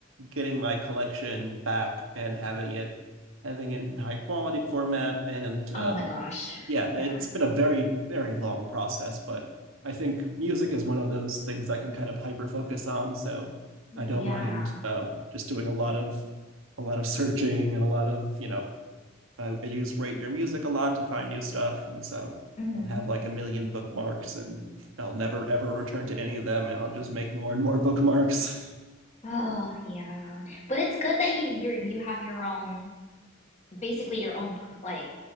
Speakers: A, on the right; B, on the left.
A: getting my collection back and having it having it in high quality format and
B: Oh
A: um
B: my gosh.
A: yeah
B: Yeah.
A: it's been a very very long process but i think music is one of those things i can kind of hyper focus on so i don't
B: Yeah.
A: mind uh, just doing a lot of a lot of searching and a lot of you know I, I use rate your music a lot to find new stuff and so
B: hmm
A: I'll have like a million bookmarks and I'll never ever return to any of them and I'll just make more and more bookmarks.
B: Oh, yeah. But it's good that you you're, you have your own. basically your own like